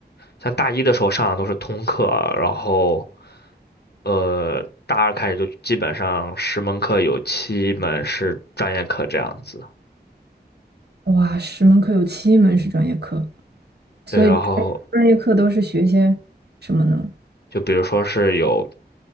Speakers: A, on the left; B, on the right.
A: 像大一的时候上的都是通课，然后。呃，大二开始就基本上十门课有七门是专业课这样子。
B: 哇，十门课有七门是专业课，所以专专业课都是学些什么呢？
A: 对，然后就比如说是有